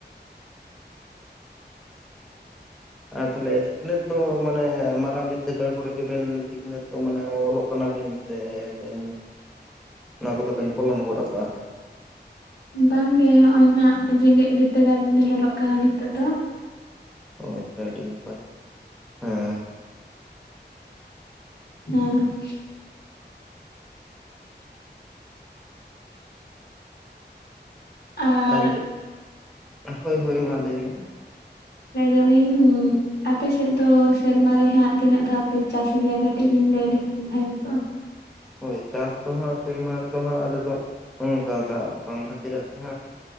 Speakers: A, in the centre; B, on the left.
A: ᱟᱨ ᱛᱟᱦᱚᱞᱮ ᱥᱤᱠᱷᱱᱟᱹᱛ ᱫᱚ ᱢᱟᱱᱮ ᱢᱟᱨᱟᱝ ᱵᱤᱫᱽᱫᱟᱹᱜᱟᱲ ᱠᱚᱨᱮ ᱜᱮᱵᱤᱱ ᱥᱤᱠᱷᱱᱟᱹᱛ ᱫᱚ ᱢᱟᱱᱮ ᱚᱞᱚᱜ ᱠᱟᱱᱟ ᱵᱤᱱ? ᱥᱮ ᱵᱤᱱ? ᱚᱱᱟ ᱠᱚ ᱫᱚ ᱵᱤᱱ ᱯᱚᱞᱚᱢ ᱜᱚᱫ ᱟᱠᱟᱜᱼᱟ‍᱾
B: ᱵᱟᱝᱜᱮ ᱦᱚᱜᱼᱚᱭ ᱱᱟᱦᱟᱜ ᱡᱮᱜᱮᱛ ᱵᱤᱫᱽᱫᱟᱹᱜᱟᱲ ᱨᱤᱞᱤᱧ ᱚᱞᱚᱜ ᱠᱟᱱᱟ ᱱᱤᱛᱚᱜ ᱫᱚ᱾
A: ᱚ ᱟᱪᱪᱷᱟ ᱟᱹᱰᱤ ᱱᱟᱯᱟᱭ ᱦᱮᱸ᱾
B: ᱦᱳᱭ᱾ ᱟᱨ
A: ᱟᱞᱤᱧ ᱫᱚ, ᱦᱳᱭ ᱦᱳᱭ ᱢᱟ ᱞᱟᱹᱭ ᱢᱮ᱾
B: ᱞᱟᱹᱭ ᱫᱟᱞᱤᱧᱼᱼ ᱟᱯᱮ ᱥᱮᱫ ᱫᱚ ᱥᱮᱨᱢᱟ ᱨᱮ ᱦᱟᱸᱜ ᱛᱤᱱᱟᱹᱜ ᱫᱷᱟᱣ ᱯᱮ ᱪᱟᱥ ᱜᱮᱭᱟ ᱠᱟᱹᱴᱤᱡ ᱵᱤᱱ ᱞᱟᱹᱭ ᱞᱮᱠᱷᱟᱱ ᱵᱷᱟᱹᱜᱤ ᱠᱚᱜ-ᱟ?
A: ᱦᱳᱭ ᱪᱟᱥ ᱫᱚ ᱦᱟᱸᱜ ᱥᱮᱨᱢᱟ ᱫᱚ ᱦᱟᱸᱜ ᱟᱞᱮ ᱫᱚ ᱱᱚᱜ ᱱᱚᱝᱠᱟ ᱫᱟᱜ ᱵᱟᱝ ᱠᱷᱟᱹᱛᱤᱨᱟᱜ ᱛᱮ